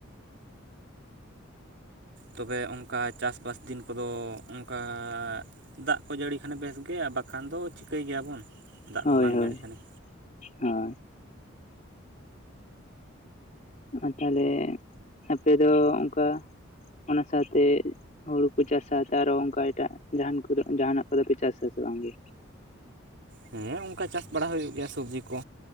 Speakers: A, on the right (about 60°); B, on the left (about 35°).
A: ᱛᱚᱵᱮ ᱚᱝᱠᱟ ᱪᱟᱥᱵᱟᱥ ᱫᱤᱱ ᱠᱚᱫᱚ ᱚᱝᱠᱟ ᱫᱟᱜ ᱠᱚ ᱡᱟᱹᱲᱤ ᱠᱷᱟᱱᱮ ᱵᱮᱥ ᱜᱮ ᱟᱨ ᱵᱟᱠᱷᱟᱱ ᱫᱚ ᱪᱤᱠᱟᱹᱭ ᱜᱮᱭᱟᱵᱚᱱ? ᱫᱟᱜ
B: ᱦᱳᱭ
A: ᱠᱚ ᱵᱟᱝ
B: ᱦᱳᱭ
A: ᱡᱟᱹᱲᱤ ᱠᱷᱟᱱᱮ
B: ᱦᱚᱸ ᱟ ᱛᱟᱦᱞᱮ ᱟᱯᱮ ᱫᱚ ᱚᱝᱠᱟ ᱚᱱᱟ ᱥᱟᱶᱛᱮ ᱦᱩᱲᱩ ᱠᱚ ᱪᱟᱥᱟ ᱟᱨᱚ ᱚᱝᱠᱟ ᱮᱴᱟᱜ ᱡᱟᱸᱦᱟᱱ ᱠᱚᱫᱚ ᱡᱟᱦᱟᱸᱱᱟᱜ ᱠᱚᱫᱚ ᱯᱮ ᱪᱟᱥᱟ ᱥᱮ ᱵᱟᱝᱜᱮ?
A: ᱦᱮᱸ ᱚᱝᱠᱟ ᱪᱟᱥ ᱵᱟᱲᱟ ᱦᱩᱭᱩᱜ ᱜᱮᱭᱟ ᱥᱚᱵᱽᱡᱤ ᱠᱚ᱾